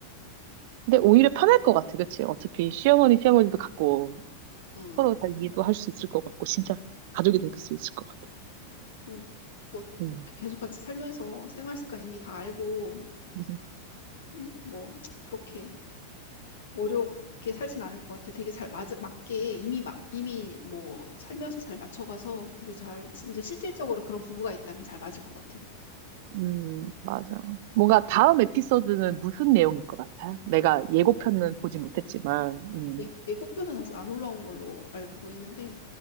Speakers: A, on the right; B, on the left.
A: 근데 오히려 편할 것 같아, 그치? 어차피 시어머니, 시아버지도 같고
B: 응.
A: 서로 잘 이해도 할 수 있을 것 같고 진짜 가족이 될 수 있을 것 같아.
B: 응. 뭐
A: 음.
B: 계속 같이 살면서 생활 습관 이미 다 알고
A: <laughs>
B: 음, 뭐 그렇게 어렵게 살진 않을 것 같아. 되게 잘 맞, 맞게 이미 막 이미 뭐 살면서 잘 맞춰가서 되게 잘 진짜 실질적으로 그런 부부가 있다면 잘 맞을 것 같아.
A: 음, 맞아. 뭔가 다음 에피소드는 무슨 내용일 것 같아요? 내가 예고편은 보지 못했지만, 음,
B: 예- 예고편은 아직 안 올라온 걸로 알고 있는데